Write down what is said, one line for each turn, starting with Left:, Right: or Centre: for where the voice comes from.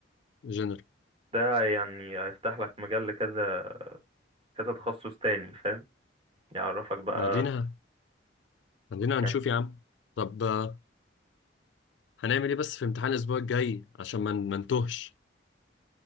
Left: جنرال
Right: ده يعني هيفتح لك مجال لكذا كذا تخصص تاني فاهم يعرفك بقى
Left: مدينة مدينة هنشوف
Right: يعني
Left: يا عم طب آه، هنعمل ايه بس في امتحان الاسبوع الجاي عشان ما ما نتوهش